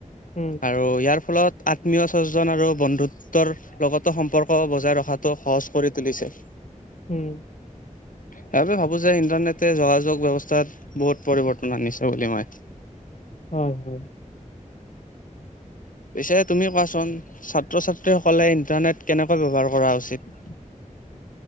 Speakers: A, on the left (about 60°); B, on the left (about 80°).
A: উম
B: আৰু ইয়াৰ ফলত আত্মীয় স্বজন আৰু বন্ধুত্বৰ লগতো সম্পৰ্ক বজাই ৰখাটো সহজ কৰি তুলিছে।
A: উম।
B: সেইবাবে ভাবো যে ইণ্টাৰনেটে যোগাযোগ ব্যৱস্থাত বহুত পৰিৱৰ্তন আনিছে বুলি মই।
A: হয় হয়।
B: পিছে তুমি কোৱাচোন ছাত্ৰ ছাত্ৰীসকলে ইণ্টাৰনেট কেনেকুৱা ব্যৱহাৰ কৰা উচিত?